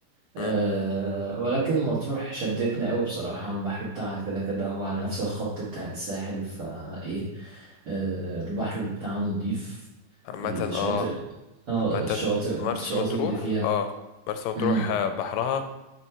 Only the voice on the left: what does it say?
مم.
عامة
اه
عامة
مرسى
مطروح
اه مرسى مطروح
آه، بحرها